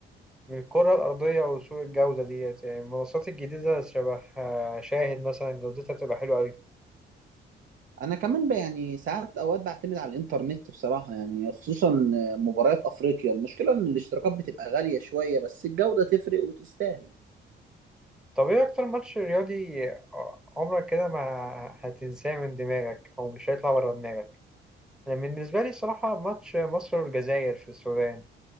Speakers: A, in the centre; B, on the right.
A: من الكرة الأرضية وسوء الجودة ديت يعني المنصات الجديدة شبه آه، شاهد مثلا جودتها بتبقى حلوة أوي
B: انا كمان ب- يعني ساعات اوقات بعتمد على الانترنت بصراحه يعني خصوصا مباريات افريقيا المشكله ان الاشتراكات بتبقى غاليه شويه بس الجوده تفرق وتستاهل
A: طب إيه أكتر ماتش رياضي عمرك كده ما هتنساه من دماغك أو مش هيطلع ورا دماغك أنا بالنسبة لي الصراحة ماتش مصر والجزائر في السودان